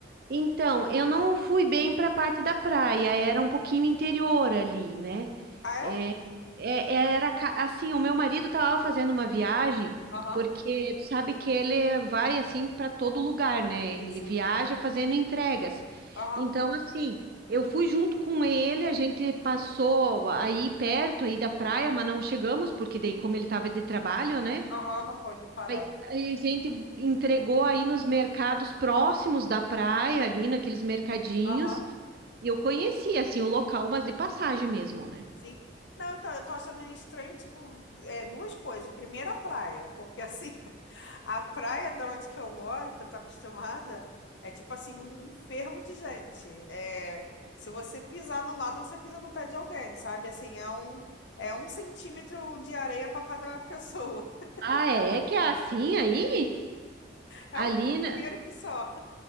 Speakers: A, on the right; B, on the left.
A: Então, eu não fui bem para a parte da praia, era um pouquinho interior ali, né?
B: Ah, é?
A: É, é- era ca- assim, o meu marido estava fazendo uma viagem,
B: Aham.
A: porque tu sabe que ele vai assim para todo lugar, né?
B: Sim,
A: Ele
B: sim.
A: viaja fazendo entregas.
B: Aham.
A: Então, assim, eu fui junto com ele, a gente passou aí perto aí da praia, mas não chegamos, porque daí como ele estava de trabalho, né?
B: Aham, não pode parar.
A: Aí aí a gente entregou aí nos mercados próximos da praia, ali naqueles mercadinhos.
B: Aham.
A: E eu conhecia assim o local, mas de passagem mesmo, né?
B: Sim. Não, então, eu tô achando estranho, tipo, é, duas coisas. Primeiro, a praia, porque assim, <laughs> a praia da onde que eu moro, que eu tô acostumada, é tipo assim, um, um fervo de gente. É, se você pisar num lado, você pisa no pé de alguém, sabe? Assim, é um, é um centímetro de areia para cada pessoa. <laughs>
A: Ah, é que é assim aí?
B: É
A: Ali,
B: um formigueiro
A: né?
B: que só.